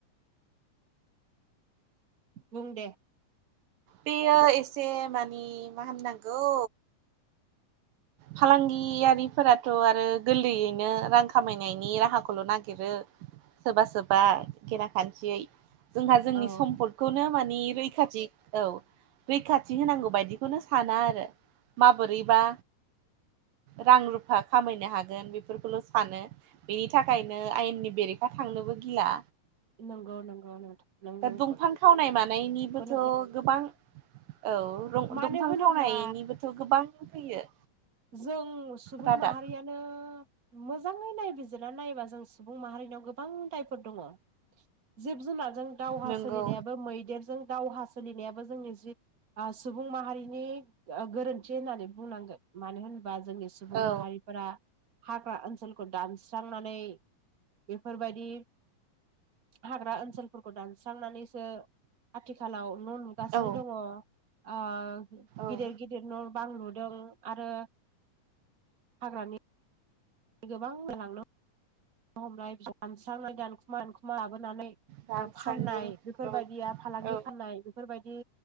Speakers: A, on the right (about 65°); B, on the right (about 85°).
A: बुं दे
B: बेयो एसे मानि मा होननांगौ फालांगियारिफोराथ' आरो गोरलैयैनो रां खामायनायनि राहाखौल' नागिरो सोबा सोबा गेना खान्थियै जोंहा जोंनि
A: औ
B: सम्पद खौनो मानिे रैखाथि औ रैखाथि होनांगौ बायदिखौनो साना आरो माबोरैबा रां रुफा खामायनो हागोन बेफोरखौल' सानो बेनि थाखायनो आयेननि बेरेखा थांनोबो गिला
A: नोंगौ नोंगौ नोंथां नों नोंखौ
B: दंफां खावनाय मानायनिबोथ'
A: थिगखौनो बुं
B: गोबां औ रं
A: मानो
B: दंफां
A: होनोब्ला
B: खावनायनिबोथ' गोबां फैयो
A: जों सुबुं
B: रादाब
A: माहारिया नो मोजाङै नायबिजिरनानै नायोबा जों सुबुं माहारिनियाव गोबां दायफोर दङ' जिब-जुनारजों दावहा
B: नंगौ
A: सोलिनायाबो मैदेरजों दावहा सोलिनायाबो जोंनि जि आस सुबुं माहारिनि गोरोन्थि होननानै बुंनांगोन मानो होनोबा जोंनि सुबुं
B: औ
A: माहारि फोरा हाग्रा ओनसोलखौ दानस्रांनानै बेफोरबायदि हाग्रा ओनसोलफोरखौ दानस्रांनानैसो आथिखालाव न' लुगासिनो
B: औ
A: दङ' ओ
B: औ
A: गिदेर गिदेर न' बां लुदों आरो हाग्रानि गोबां लांदों हमनाय बि दानस्रांनाय दानखुमा दानखुमा लाबो <unintelligible> नानै
B: रानस्रांदों
A: फाननाय बेफोरबायदिया
B: औ
A: फालांगि
B: औ
A: फानाय बेफोरबायदि